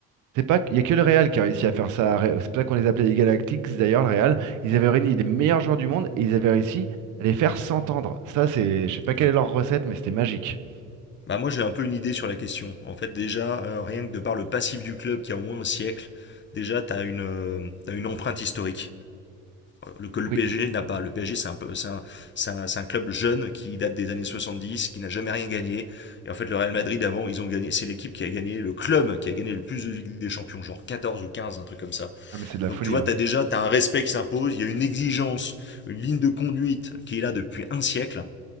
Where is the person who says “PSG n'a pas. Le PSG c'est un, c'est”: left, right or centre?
Left